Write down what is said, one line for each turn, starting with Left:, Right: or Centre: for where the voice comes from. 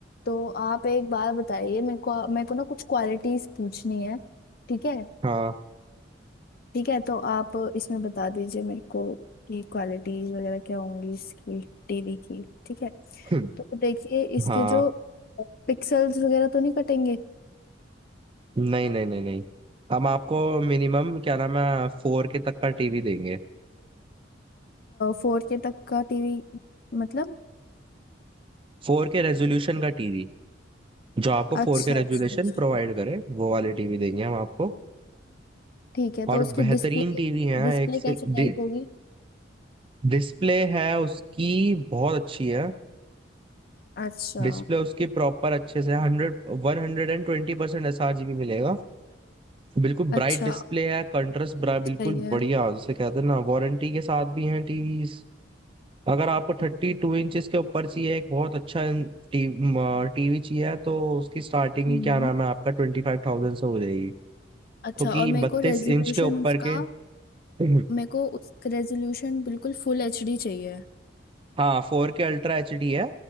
Left: तो आप एक बार बताइए मेरे को मेरे को ना कुछ क्वालिटीज पूछनी है ठीक है
Right: हाँ
Left: ठीक है तो आप इसमें बता दीजिए मेरे को कि क्वालिटीज वगैरह क्या होंगी इसकी टीवी की ठीक है
Right: <clears throat>
Left: तो देखिए इसके
Right: हाँ
Left: जो पिक्सल्स वगैरह तो नहीं कटेंगे
Right: नहीं नहीं नहीं नहीं हम आपको मिनिमम क्या नाम है फोर के तक का टीवी देंगे
Left: फोर के तक का टीवी मतलब
Right: फोर के रेजोल्यूशन का टीवी जो आपको
Left: अच्छा
Right: फोर के रेजोल्यूशन
Left: अच्छा अच्छा
Right: प्रोवाइड करे वो वाली टीवी देंगे हम आपको
Left: ठीक है
Right: और
Left: तो उसकी
Right: बेहतरीन
Left: डिस्प्ले
Right: टीवी है
Left: डिस्प्ले
Right: एक से
Left: कैसे
Right: डि,
Left: टाइप होगी
Right: डिस्प्ले है उसकी बहुत अच्छी है
Left: अच्छा
Right: डिस्प्ले उसकी प्रॉपर अच्छे से hundred वन हंड्रेड एंड ट्वेंटी परसेंट S R G B मिलेगा बिल्कुल ब्राइट
Left: अच्छा
Right: डिस्प्ले है कंट्रास्ट बिल्कुल
Left: सही है
Right: बढ़िया जैसे कहते हैं ना वारंटी के साथ भी है टीवी अगर आपको थर्टी टू इंचेस के ऊपर चाहिए एक बहुत अच्छा टीवी चाहिए तो उसकी स्टार्टिंग
Left: अच्छा
Right: ही क्या नाम है आपका ट्वेंटी फाइव थाउजेंड से हो जाएगी क्योंकि
Left: अच्छा और मेरे
Right: बत्तीस
Left: को रेजोल्यूशन
Right: इंच के ऊपर
Left: उसका
Right: के हम्म।
Left: मेरे को उस रेजोल्यूशन बिल्कुल फुल एचडी चाहिए
Right: हाँ four K ultra H D है